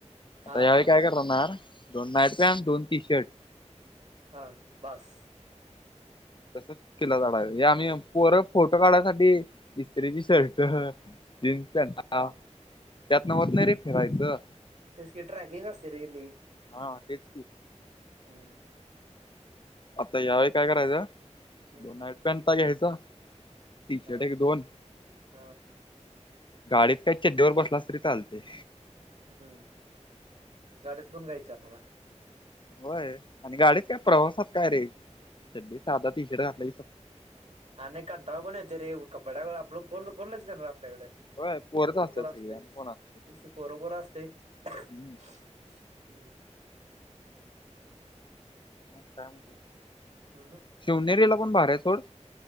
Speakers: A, on the right; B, on the left.
A: हा
B: आता यावेळी
A: हा
B: काय करणार दोन नाईट पॅन्ट आणि दोन टी शर्ट
A: हा बास.
B: तसं. <unintelligible> <unintelligible> आम्ही पोर फोटो काढासाठी इस्त्रीची शर्ट जीन्स पॅन्टा हा त्यातन होत नाही रे फेरायचं.
A: तेसं की ट्रॅकिंग असते रे लयी.
B: हा तेच
A: हम्म
B: आता यावेळी काय करायचं
A: हम्म
B: दोन नाईट पॅन्ट घ्यायचा टी
A: हा
B: शर्ट एक दोन
A: हा
B: गाडीत काही चड्डीवर बसलास तरी चालतय.
A: हम्म गाडीत कोन काय विचारणार हाय.
B: होय आणि गाडीत काय प्रवासात काय रे चड्डी साधा टी शर्ट घातला
A: आणि कंटाळा पण येत रे कपड्या आपलं कोण कोण लक्षणार आपल्याकड.
B: होय पोरच
A: बरोबर
B: असतात
A: असते
B: सगळी आणि कोण असते
A: ते बरोपर असते हम्म.
B: मग म काय म्हणतो
A: हम्म
B: शिवनेरीला पण भारु आहे सोड.